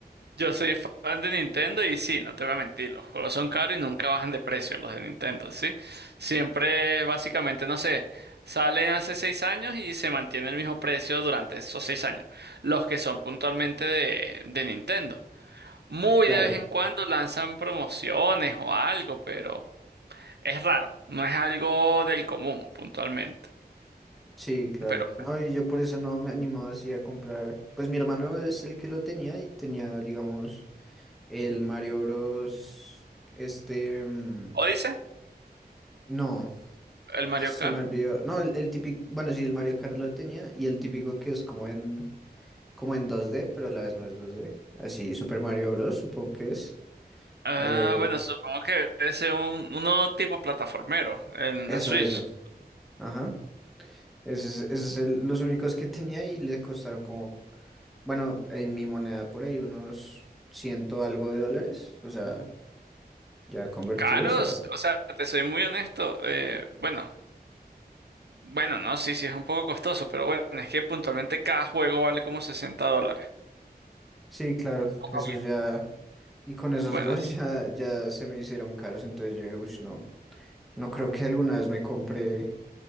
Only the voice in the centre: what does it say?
Claro,
sí, claro.
No, y yo por eso no me animaba así a comprar. Pues mi hermano es el que lo tenía y tenía, digamos, el Mario Bros. Este, mm,
no,
ah, se
me olvidó. No, el, el típico, bueno, sí, el Mario Kart lo tenía y el típico que es como en como en 2D, pero a la vez no es 2D. Así, Super Mario Bros. supongo que es.
Eh,
eso,
eso. Ajá. Esos, esos son los únicos que tenía y le costaron como, bueno, en mi moneda por ahí unos ciento algo de dólares. O sea, ya convertidos
a...
Sí, claro,
esos
ya... Y con esos
dos ya, ya se me hicieron caros, entonces yo dije, "Ush, no, no creo que alguna vez me compre